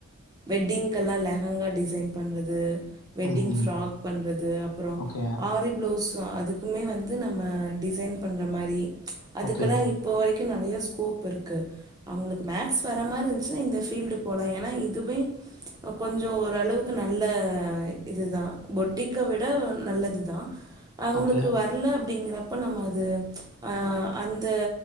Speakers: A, on the right; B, on the left.
A: வெட்டிங்கெல்லாம் லெஹங்கா டிசைன் பண்ணுறது வெட்டிங்
B: ம்.
A: ஃப்ராக் பண்றது அப்பறோ
B: ஓகே.
A: ஆரி ப்ளவுஸ் அதுக்குமே வந்து நம்ம டிசைன் பண்ற மாரி அதுக்கெல்லாம்
B: ஓகே.
A: இப்போ வரைக்கும் நறையா ஸ்கோப் இருக்குது அவங்களுக்கு மேக்ஸ் வர மாரி இருந்துச்சுனா இந்த ஃபீல்டு போகலாம் ஏன்னா இதுவே கொஞ்சம் ஓரளவுக்கு நல்ல இதுதான் பொட்டிக்க விட நல்லதுதான் அவுங்களுக்கு
B: ஓகே.
A: வரல அப்டிங்கறப்ப அப்ப நம்ம அது அ அந்த